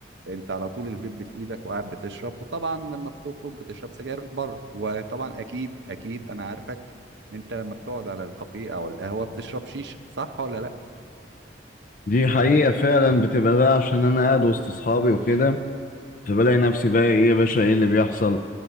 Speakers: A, on the right; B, on the left.
A: انت على طول الفيب في ايدك وقاعد بتشرب وطبعا لما بتخرج بتشرب سجاير بره وطبعا اكيد اكيد انا عارفك انت لما بتقعد على الكافيه او القهوه بتشرب شيشه صح ولا لا
B: حقيقه فعلا بتبقى بقى عشان انا قاعد وسط اصحابي وكده فبلاقي نفسي بقى ايه يا باشا ايه اللي بيحصل